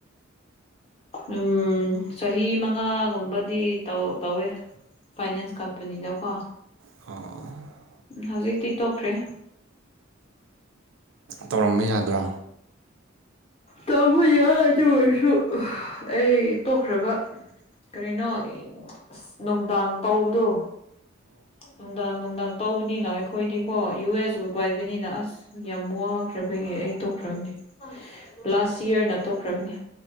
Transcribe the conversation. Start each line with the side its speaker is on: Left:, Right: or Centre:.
Left: ꯎꯝ ꯆꯍꯤ ꯃꯉꯥꯒꯨꯝꯕꯗꯤ ꯇꯧ ꯇꯧꯋꯦ ꯐꯥꯏꯅꯥꯟꯁ ꯀꯝꯄꯅꯤꯗ ꯀꯣ
Right: ꯑꯣ
Left: ꯍꯧꯖꯤꯛꯇꯤ ꯇꯣꯛꯈ꯭ꯔꯦ
Right: ꯇꯧꯔꯝꯕ ꯌꯥꯗ꯭ꯔꯥ
Left: ꯇꯧꯕ ꯌꯥꯏ ꯑꯗꯨ ꯑꯣꯏꯔꯁꯨ ꯑꯩ ꯇꯣꯛꯈ꯭ꯔꯕ ꯀꯔꯤꯅꯣ ꯑꯁ ꯅꯨꯡꯗꯥꯡ ꯇꯕꯗꯣ ꯅꯨꯡꯗꯥꯡ ꯅꯨꯡꯗꯥꯡ ꯇꯧꯕꯅꯤꯅ ꯑꯩꯈꯣꯏꯗꯤꯀꯣ ꯌꯨ ꯑꯦꯁꯕꯨ ꯄꯥꯏꯕꯅꯤꯅ ꯑꯁ ꯌꯥꯝ ꯋꯥꯈ꯭ꯔꯕꯒꯤꯦ ꯑꯩ ꯇꯣꯛꯈ꯭ꯔꯕꯅꯦ ꯂꯥꯁ ꯏꯌꯥꯔꯅ ꯇꯣꯛꯈ꯭ꯔꯕꯅꯤ